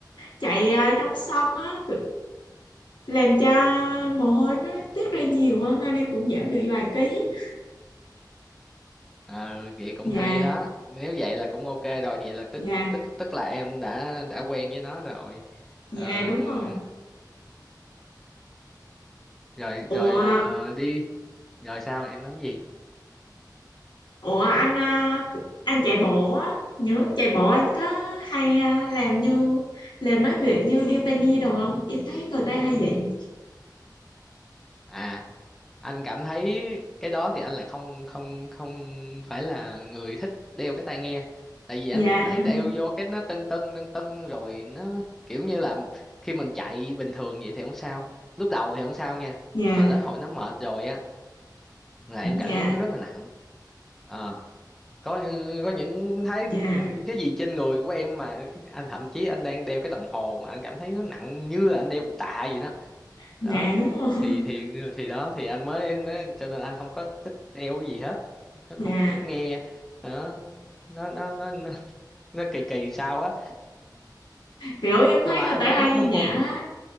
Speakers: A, on the left; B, in the centre.
A: chạy à, trong sân á kiểu- làm cho mồ hôi nó tiết ra nhiều á nên em cũng giảm được vài ký
B: ờ vậy cũng
A: dạ
B: hay đó nếu vậy là cũng ok rồi vậy là tức
A: dạ
B: tức tức là em đã đã quen với nó rồi
A: Dạ
B: Ờm,
A: đúng rồi.
B: rồi rồi
A: Ủa,
B: ờ, đi rồi sao em nói gì
A: ủa anh à, anh chạy bộ á, những lúc chạy bộ anh có hay à, làm như làm mấy việc như điêu tai nhi đồ không? Em thấy người ta hay vậy.
B: à anh cảm thấy cái đó thì anh lại không không không phải là người thích đeo cái tai nghe tại vì anh
A: Dạ,
B: thấy đeo
A: <laughs>
B: vô cái nó tưng tưng tưng tưng rồi nó kiểu như là khi mình chạy bình thường vậy thì không sao lúc đầu thì không sao nha
A: dạ,
B: mà tới hồi nó mệt rồi á là em cảm
A: dạ,
B: giác nó rất là nặng ờ có những- có những thấy
A: dạ,
B: cái gì trên người của em mà anh thậm chí anh đang đeo cái đồng hồ mà anh cảm thấy nó nặng như là anh đeo cục tạ gì đó
A: dạ
B: đó
A: đúng rồi. <laughs>
B: thì thì thì đó thì anh mới, mới cho nên anh không có thích đeo cái gì hết
A: Dạ,
B: không có thích nghe đó nó nó nó nó, nó kỳ kỳ sao á
A: kiểu em thấy
B: nhưng mà
A: người
B: anh
A: ta
B: cũng
A: hay
B: không
A: nghe nhạc
B: phục
A: á,